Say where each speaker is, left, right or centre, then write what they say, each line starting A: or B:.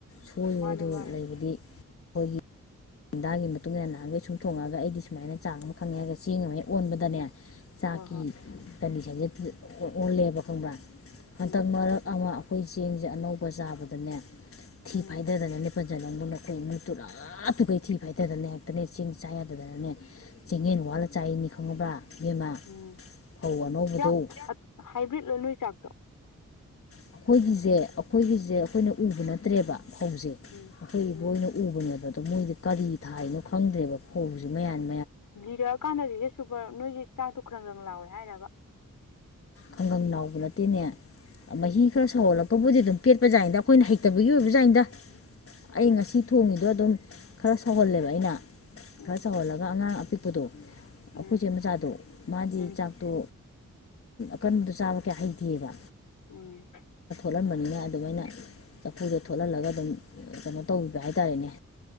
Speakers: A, on the left; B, on the left.
A: ꯁꯣꯏꯣꯏ
B: ꯃꯥꯅꯦ
A: ꯑꯗꯨ
B: ꯃꯥꯅꯦ
A: ꯂꯩꯕꯗꯤ ꯑꯩꯈꯣꯏꯒꯤ ꯍꯟꯗꯥꯒꯤ ꯃꯇꯨꯡ ꯏꯟꯅ ꯅꯍꯥꯟꯒꯩ ꯁꯨꯝꯊꯣꯡꯉꯕꯅꯤꯅ ꯑꯩꯗꯤ ꯁꯨꯃꯥꯏꯅ ꯆꯥꯡ ꯑꯃ ꯈꯪꯉꯦ ꯍꯥꯏꯒ ꯆꯦꯡ ꯑꯃ ꯑꯣꯟꯕꯗꯅꯦ
B: ꯎꯝ
A: ꯆꯥꯛꯀꯤ
B: ꯍꯣꯏ ꯍꯣꯏ
A: ꯀꯟꯗꯤꯁꯟꯁꯦ ꯑꯣꯜꯂꯦꯕ ꯈꯪꯕ꯭ꯔꯥ ꯍꯟꯇꯛ
B: ꯎꯝ
A: ꯃꯔꯛ ꯑꯃ ꯑꯩꯈꯣꯏ ꯆꯦꯡꯁꯦ ꯑꯅꯧꯕ ꯆꯥꯕꯗꯅꯦ ꯊꯤ
B: ꯎꯝ
A: ꯐꯥꯏꯗꯗꯅ ꯂꯦꯄꯜ ꯆꯅꯕꯨꯅꯈꯣꯏ ꯏꯃꯨꯡ ꯇꯨꯔꯥ ꯇꯨꯀꯩ ꯍꯥꯏꯇꯗꯅ ꯍꯦꯛꯇꯅꯦ ꯆꯤꯡ ꯆꯥ ꯌꯥꯗꯗꯅꯅꯦ ꯆꯤꯡꯌꯦꯟ ꯋꯥꯠꯂ ꯆꯥꯏꯅꯤ ꯈꯪꯉꯕ꯭ꯔꯥ ꯏꯕꯦꯝꯃ
B: ꯎꯝ
A: ꯐꯧ ꯑꯅꯧꯕꯗꯣ
B: ꯆꯥꯛ ꯍꯥꯏꯕ꯭ꯔꯤꯠ ꯂꯣꯏ ꯅꯣꯏ ꯆꯥꯛꯇꯣ
A: ꯑꯩꯈꯣꯏꯒꯤꯁꯦ ꯑꯩꯈꯣꯏꯒꯤꯁꯦ ꯑꯩꯈꯣꯏꯅ ꯎꯕ ꯅꯠꯇ꯭ꯔꯦꯕ ꯐꯧꯖꯦ
B: ꯎꯝ
A: ꯑꯩꯈꯣꯏ ꯏꯕꯨ
B: ꯎꯝ
A: ꯑꯣꯏꯅ ꯎꯕꯅꯦꯕ ꯑꯗꯣ ꯃꯣꯏꯗꯤ ꯀꯔꯤ ꯊꯥꯏꯅꯣ ꯈꯪꯗ꯭ꯔꯦꯕ ꯐꯧꯁꯦ ꯃꯌꯥꯝ
B: ꯂꯤꯔꯛꯑꯀꯥꯟꯗꯗꯤ ꯍꯦ ꯁꯨꯄꯔ ꯅꯣꯏꯁꯦ ꯆꯥꯛꯇꯨ ꯈ꯭ꯔꯔꯪꯗꯪ ꯂꯥꯎꯋꯦ ꯍꯥꯏꯔꯕ
A: ꯈꯪꯒꯪ ꯅꯥꯎꯕ ꯅꯠꯇꯦꯅꯦ ꯃꯍꯤ ꯈꯔ ꯁꯧꯍꯜꯂꯛꯄꯕꯨꯗꯤ ꯑꯗꯨꯝ ꯄꯦꯠꯄꯖꯥꯏꯗ ꯑꯩꯈꯣꯏꯅ ꯍꯩꯇꯕꯒꯤ ꯑꯣꯏꯕꯖꯥꯟꯗ
B: ꯎꯝ
A: ꯑꯩ ꯉꯁꯤ ꯊꯣꯡꯉꯤꯗꯣ ꯑꯗꯨꯝ ꯈꯔ ꯁꯧꯍꯜꯂꯦꯕ ꯑꯩꯅ
B: ꯎꯝ
A: ꯈꯔ ꯁꯧꯍꯜꯂꯒ ꯑꯉꯥꯡ ꯑꯄꯤꯛ ꯀꯄꯗꯣ
B: ꯎꯝ
A: ꯑꯩꯈꯣꯏꯁꯦ ꯃꯆꯥꯗꯣ ꯃꯥꯗꯤ
B: ꯎꯝ
A: ꯆꯥꯛꯇꯣ ꯑ ꯀꯟꯕꯗꯨꯣ ꯆꯥꯕ ꯀꯌꯥ ꯍꯩꯇꯦꯑꯕ
B: ꯎꯝ
A: ꯊꯣꯠꯂꯝꯟꯕꯅꯤꯅ ꯑꯗꯨꯃꯥꯏꯅ ꯆꯐꯨꯗꯣ ꯊꯣꯠꯍꯜꯂꯒ ꯑꯗꯨꯝ ꯀꯩꯅꯣ ꯇꯧꯕꯤꯕ ꯍꯥꯏꯇꯥꯔꯦꯅꯦ